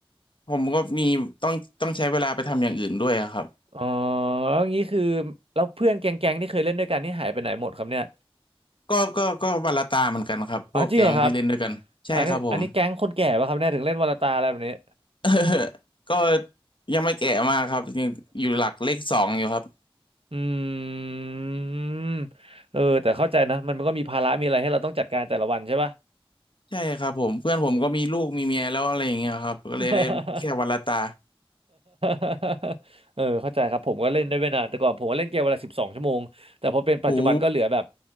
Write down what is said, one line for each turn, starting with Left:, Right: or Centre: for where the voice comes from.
Left: ผมก็มีต้องต้องใช้เวลาไปทำอย่างอื่นด้วยอะครับ
Right: อ๋อแล้วงี้คือแล้วเพื่อนแก๊งๆที่เคยเล่นด้วยกันนี่หายไปไหนหมดครับเนี่ย
Left: ก็ก็ก็วาลาตาเหมือนกันครับพวกแก๊งที่เล่นด้วยกันใช่ครับผม
Right: อ๋อจริงเหรอครับอันนี้อันนี้แก๊งคนแก่ป่ะครับเนี่ยถึงเล่นวันละตาอะไรแบบนี้
Left: <laughs> เออก็ยังไม่แก่มากครับยังอยู่หลักเลขสองอยู่ครับ
Right: <laughs> อืมเออแต่เข้าใจนะมันก็มีภาระมีอะไรให้เราต้องจัดการแต่ละวันใช่ป่ะ
Left: ใช่ครับผมเพื่อนผมก็มีลูกมีเมียแล้วอะไรอย่างเงี้ยครับก็เลยได้แค่วันละตา
Right: <laughs> <laughs> เออเข้าใจครับผมก็เล่นได้ไม่นานแต่ก่อนผมก็เล่นเกมวันละสิบสองชั่วโมงแต่พอเป็นปัจจุบันก็เหลือแบบ
Left: หู